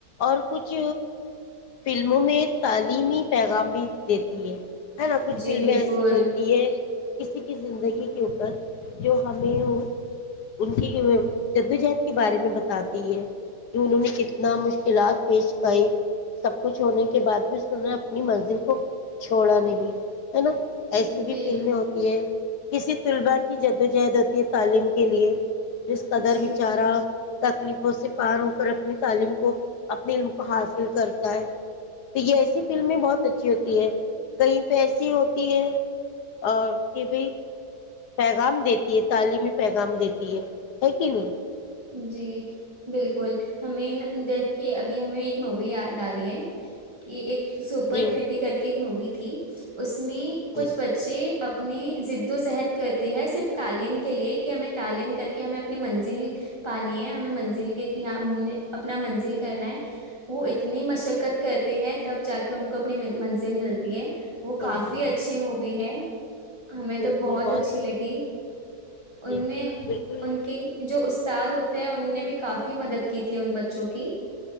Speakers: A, on the left; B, on the right.
A: اور کچھ فلموں میں تعلیمی پیغام بھی دیتی ہے ہے نا کچھ
B: جی
A: فلمیں
B: بالکل
A: ایسی بنتی ہے کسی کی زندگی کے اوپر جو ہمیں ان کی جدوجہد کے بارے میں بتاتی ہے کہ انہوں نے کتنا مشکلات پیش کریں سب کچھ ہونے کے بعد بھی اسوں نے اپنی منزل کو چھوڑا نہیں ہے نا ایسی بھی
B: جی
A: فلمیں ہوتی ہیں کسی طلبٹ ہی جدوجہد ہوتی ہے تعلیم کے لیے جس قدر
B: جی
A: بیچارہ تکلیفوں سے پار ہو کر اپنی تعلیم کو اپنے علم کو حاصل کرتا ہے تو یہ ایسی فلمیں بہت اچھی ہوتی ہے کئی پیسی ہوتی ہے اور کہ بھائی پیغام دیتی ہے تعلیمی پیغام دیتی ہے ہے کہ نہیں
B: جی بالکل ہمیں دیکھ کے ابھی ہمیں ایک مووی یاد آ رہی ہے کہ ایک سپر
A: جی
B: تھئٹی کر کے ایک مووی تھی اس اس میں کچھ
A: جی
B: بچے اپنی جد و جہد کرتی ہے صرف تعلیم کے لیے کہ ہمیں تعلیم کر کے ہمیں اپنی منزل پانی ہے ہمیں منزل کے یہ ہم اپنا منزل کرنا ہے وہ اتنی مشقت کرتے ہیں تب جا کے ان کو اپنی منزل ملتی ہے وہ
A: منزل
B: کافی
A: میں
B: اچھی مووی ہے <unintelligible> ہمیں
A: بالکل
B: تو بہت اچھی
A: جی
B: لگی
A: جی
B: ان میں
A: بالکل
B: ان کی جو اس استاد ہوتے ہیں ان نے بھی کافی مدد کی تھی ان بچوں کی